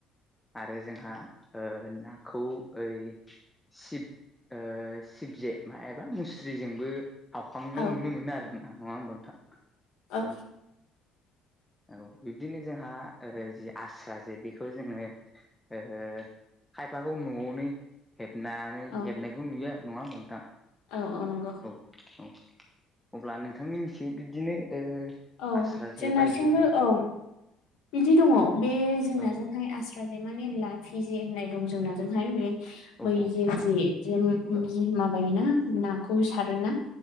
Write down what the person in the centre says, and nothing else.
आरो जोंहा ओ नाखौ ओइ सिब ओ सिबजे एबा मुस्रिजोंबो हावखांनाय
नुनो मोनो आरो ना नङा होमबा नोंथां।
औ औ बिब्दिनो जोंहा ओ जि आस्रा जे बेखौ जोङो ओ खायफाखौ न'आवनो हेबनानै
हेबनायखौ नुयो नङा होम नोंथां।
औ औ अब्ला नोंथांनि मिथियो बिदिनो ओ
आस्रा जे
बायदि
औ
औ
औ
औ